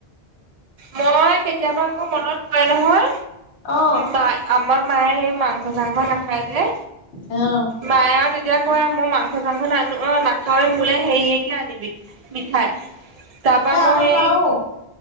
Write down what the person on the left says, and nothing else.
অ
অ।
এ
আমাৰ
মাও